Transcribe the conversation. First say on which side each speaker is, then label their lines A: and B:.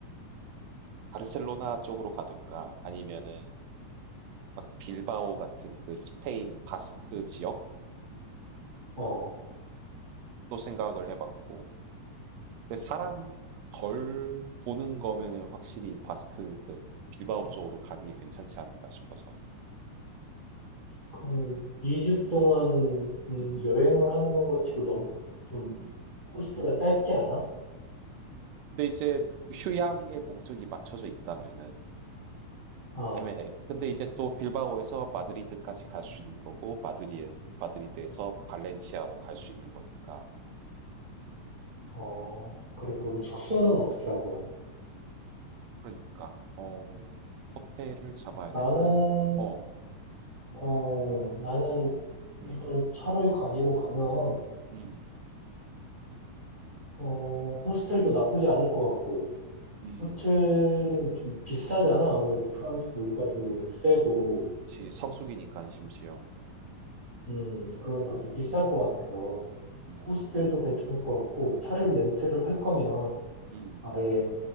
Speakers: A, on the right; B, on the right.
A: 바르셀로나 쪽으로 가던가 아니면은 막 빌바오 같은 그 스페인 바스크 지역도
B: 어,
A: 생각을 해봤고. 근데 사람 덜 보는 거면은 확실히 바스크 그 빌바오 쪽으로 가는 게 괜찮지 않을까 싶어서.
B: 그럼 2주
A: 음.
B: 동안 음,
A: 음.
B: 여행을 하는 것 치고 너무 좀
A: 음.
B: 코스가 짧지 않아?
A: 근데 이제 휴양의 목적이 맞춰져 있다면은
B: 아,
A: 애매해. 근데 이제 또 빌바오에서 마드리드까지 갈 수 있는 거고 마드리에 마드리드에서 발렌시아로 갈 수 있는 거니까.
B: 어, 그래, 그럼 숙소는
A: 음.
B: 어떻게 할 거야?
A: 그러니까 어 호텔을 잡아야
B: 나는,
A: 되나? 어.
B: 어, 나는 일단
A: 음.
B: 차를 가지고 가면,
A: 음.
B: 어, 호스텔도 나쁘지 않을 것 같고,
A: 음.
B: 호텔은 좀 비싸잖아. 아무래도 프랑스 물가도 세고,
A: 지 성수기니까 심지어.
B: 음, 그러니까 좀 비쌀 것 같아서,
A: 음.
B: 호스텔도 괜찮을 것 같고, 차를 렌트를 할 거면,
A: 음.
B: 아예